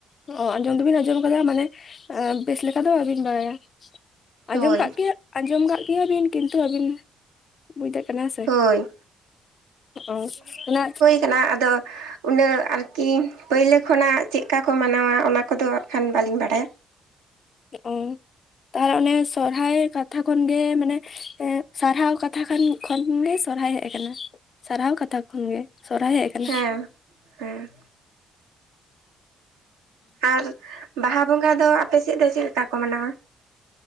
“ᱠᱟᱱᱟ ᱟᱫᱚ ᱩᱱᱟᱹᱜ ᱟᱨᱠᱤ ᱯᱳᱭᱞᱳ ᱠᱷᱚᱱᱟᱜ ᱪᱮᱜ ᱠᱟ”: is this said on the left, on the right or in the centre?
Right